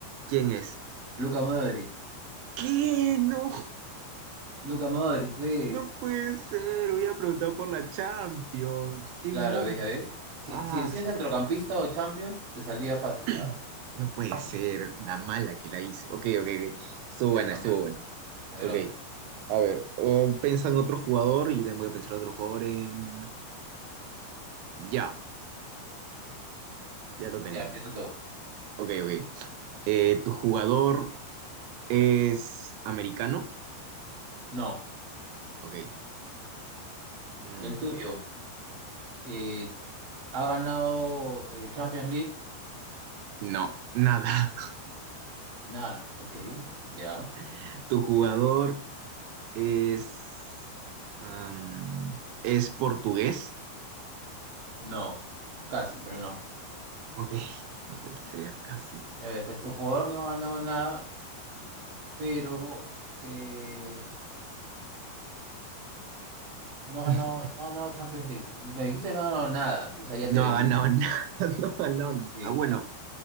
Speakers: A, on the right; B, on the right.
A: ¿Quién es?
B: Luka Modric.
A: ¿Qué? No,
B: Luka Modric, pues.
A: no puede ser. Voy a preguntar por la Champions. ¿Qué
B: Claro,
A: monco?
B: ves, ya ves. Si,
A: Ah,
B: si decías
A: su-
B: centrocampista o Champions, te salía fácil,
A: <clears throat>
B: ¿ah?
A: no puede ser. La mala que la hizo. Ok, ok, ok. Estuvo
B: Ya,
A: buena,
B: cambiamos.
A: estuvo buena.
B: A ver,
A: Ok.
B: otro.
A: A ver, o piensa en otro jugador y yo también voy a pensar en otro jugador. em, Ya, ya lo tengo.
B: Ya, empieza todo.
A: Ok, ok. Eh, ¿tu jugador es americano?
B: No,
A: Ok. Mm,
B: el tuyo. eh, ¿ha ganado eh, Champions League?
A: no, nada.
B: Nada, ok. Ya.
A: <laughs> ¿Tu jugador
B: Ya creo que-
A: Es, am, es portugués.
B: No, casi, pero no.
A: Ok, no puede ser, casi.
B: Ya ves, entonces tu jugador no ha ganado nada, pero eh, no ha
A: <laughs>
B: ganado, no ha ganado Champions League. Me dijiste que no ha ganado nada, entonces ahí ya
A: No
B: te vendiste.
A: ha ganado nada. <laughs> No ha ganado n-
B: Ok.
A: Ah, bueno,